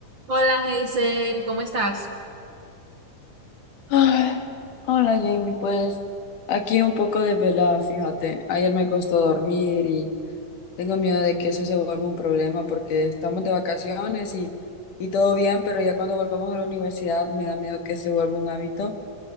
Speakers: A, on the right; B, on the left.
A: Hola, Hazel, ¿cómo estás?
B: Ay, hola Jamie, pues aquí un poco desvelada, fíjate. Ayer me costó dormir y tengo miedo de que eso se vuelva un problema porque estamos de vacaciones y, y todo bien, pero ya cuando volvamos a la universidad me da miedo que se vuelva un hábito